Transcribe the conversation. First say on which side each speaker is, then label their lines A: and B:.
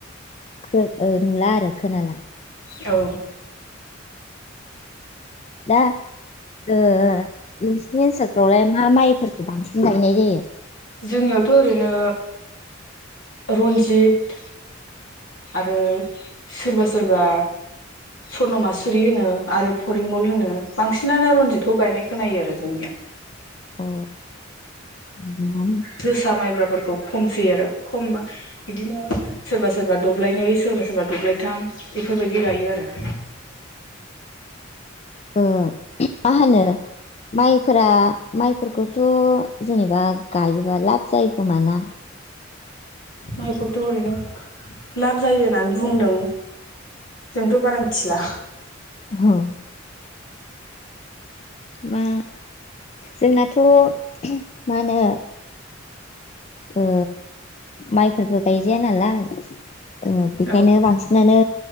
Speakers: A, on the left; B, on the left.
A: खो ओ नुला आरो खोनाला।
B: औ
A: दा ओ नोंसिनि ओनसोलफ्रावलाय मा माइ फोरखौ बांसिन गायनाय जायो।
B: जोंनियावथ' ओरैनो रन्जित आरो सोरबा सोरबा सर्न मासुरि होनो। आरो फरिमल होनो बांसिनानो रन्जितखौ गायनाय खोनायो आरो जोंनिजा
A: अ मोजाङानो।
B: जोसा माइब्राफोरखौ खम सै आरो खमा बिदिनो सोरबा सो सोरबा दब्लायनै सोरबा सोरबा दब्लायथाम बेफोरबायदि गायो आरो
A: ओ मा होनो माइफोरा माइफोरखौथ' जेनेबा गायोबा लाब जायो खोमा ना?
B: माइखौथ' ओरैनो लाब जायो होननानै बुंदों। जोंथ' बारा मिथिला।
A: औ मा जोंनाथ' मा होनो ओ माइफोरबो गायजाया नालाय। ओ बेखायनो
B: औ ओ
A: बांसिनानो